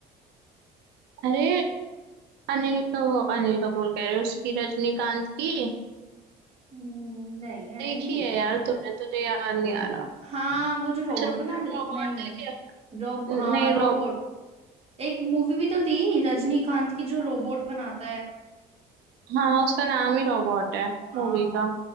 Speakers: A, on the right; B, on the right.
A: अरे अनिल का वो अनिल कपूर कह रहे हो उसकी रजनीकांत की
B: हम्म, नहीं मैंने
A: देखी
B: नहीं देखी
A: है यार तूने तुझे याद नहीं आ रहा
B: हाँ वो जो रोबोट
A: अच्छा
B: बना
A: रोबोट
B: दे नहीं नहीं
A: देखे
B: रोब
A: न-
B: हाँ
A: नहीं
B: रोबोट
A: रोब
B: एक मूवी भी तो थी रजनीकांत की जो रोबोट बनाता है
A: हाँ उसका नाम ही रोबोट है
B: हाँ
A: मूवी का